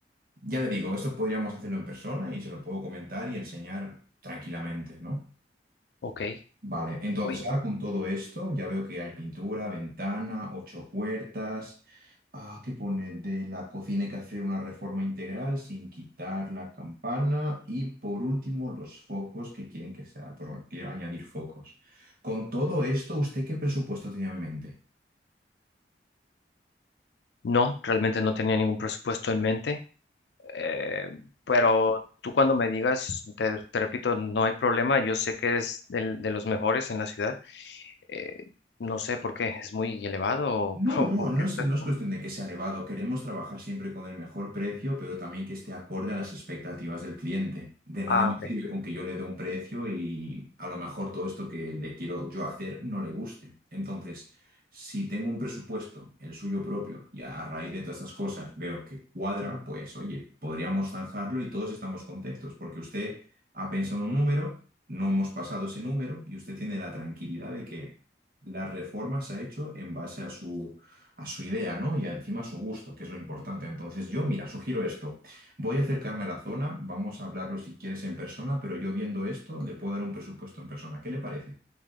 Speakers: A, on the right (about 55°); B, on the left (about 75°).
A: ya le digo, esto podríamos hacerlo en persona y se lo puedo comentar y enseñar tranquilamente, ¿no?
B: Ok.
A: Vale, entonces
B: Oye,
A: ahora con todo esto ya veo que hay pintura, ventana, ocho puertas. Ah, ¿qué pone? De la cocina hay que hacer una reforma integral sin quitar la campana. Y por último, los focos que quieren que sea, pues bueno, quiero añadir focos. Con todo esto, ¿usted qué presupuesto tenía en mente?
B: No, realmente no tenía ningún presupuesto en mente, eh, pero tú cuando me digas, te, te repito, no hay problema. Yo sé que es del- de los mejores en la ciudad. Eh, no sé por qué, es muy elevado
A: No,
B: o, <laughs> o
A: no,
B: por
A: no
B: qué estás...
A: es, no es
B: po-
A: cuestión de que sea elevado. Queremos trabajar siempre con el mejor precio, pero también que esté acorde a las expectativas del cliente. De nada
B: Ah,
A: me
B: ok,
A: sirve con que yo le dé un precio y a lo mejor todo esto que le quiero yo hacer no le guste. Entonces, si tengo un presupuesto, el suyo propio, y a raíz de todas estas cosas veo que cuadra, pues oye, podríamos zanjarlo y todos estamos contentos, porque usted ha pensado en un número, no hemos pasado ese número y usted tiene la tranquilidad de que la reforma se ha hecho en base a su, a su idea, ¿no? Y encima a su gusto, que es lo importante. Entonces yo, mira, sugiero esto. Voy a acercarme a la zona, vamos a hablarlo si quieres en persona, pero yo viendo esto le puedo dar un presupuesto en persona. ¿Qué le parece?